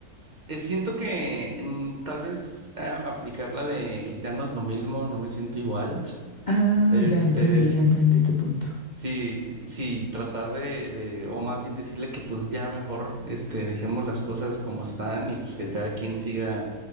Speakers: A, on the right (about 30°); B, on the left (about 75°).
A: eh, siento que mm, tal vez eh, aplicar la de ya no es lo mismo, no me siento igual.
B: Ah,
A: Este,
B: ya entendí, ya entendí tu punto.
A: Sí, sí, tratar de, de, o más bien decirle que pues ya mejor, este, dejemos las cosas como están y pues que cada quien siga,